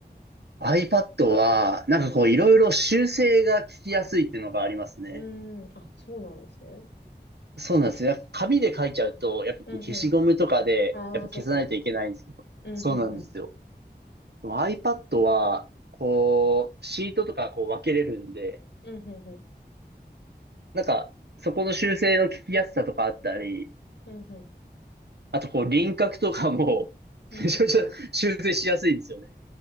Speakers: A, on the right (about 70°); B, on the left (about 85°).
A: iPad は、なんかこう、いろいろ修正が効きやすいっていうのがありますね。
B: ーん。あ、そうなんですね。
A: そうなんですよ。やっぱ紙で書いちゃうと、やっぱこう消しゴムとかで、
B: うんうん。ああ、
A: やっぱ消さないといけないんですけど。
B: そっかそっか。うんうんうん。
A: そうなんですよ。でも iPad は、こう、シートとかこう分けれるんで、
B: うんうんうん。
A: なんか、そこの修正の聞きやすさとかあったり、
B: うんうん。
A: あとこう輪郭とかも、
B: うんうん。
A: めちゃめちゃ修正しやすいんですよね。